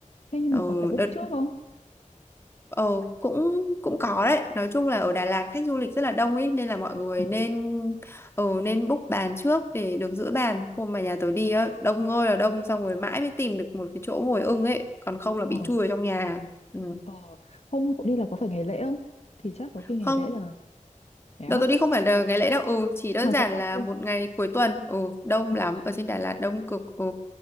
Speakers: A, on the left (about 50°); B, on the left (about 20°).
A: Thế nhưng
B: Ừ,
A: mà có phải book
B: đợt
A: trước không?
B: Ờ cũng cũng có đấy nói chung là ở Đà Lạt khách du lịch rất là đông ấy nên là mọi người
A: Ừ.
B: nên ờ nên book bàn trước để được giữ bàn hôm mà nhà tớ đi á đông ơi là đông xong rồi mãi mới tìm được một cái chỗ ngồi ưng ấy còn không là
A: Ờ,
B: bị chui vào trong nhà ừ.
A: ờ, hôm cậu đi là có phải ngày lễ không? Thì chắc có khi ngày
B: không
A: lễ là thế
B: Đợt
A: á,
B: tôi đi không phải là ngày lễ đâu, ừ, chỉ đơn
A: mà
B: giản
A: vẫn đông
B: là
A: luôn.
B: một ngày cuối tuần, ừ, đông
A: Ờ.
B: lắm, ở trên Đà Lạt đông cực, ừ.